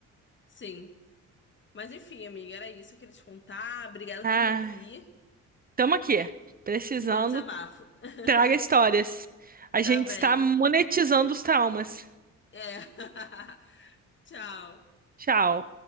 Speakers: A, on the left; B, on the right.
A: Sim. Mas enfim, amiga, era isso que eu queria te contar. Obrigada
B: Ah,
A: por me ouvir.
B: tamo aqui. Precisando,
A: Fica o desabafo. <laughs>
B: traga histórias. A
A: Tá
B: gente
A: bem.
B: está monetizando os traumas.
A: É. <laughs> Tchau.
B: Tchau.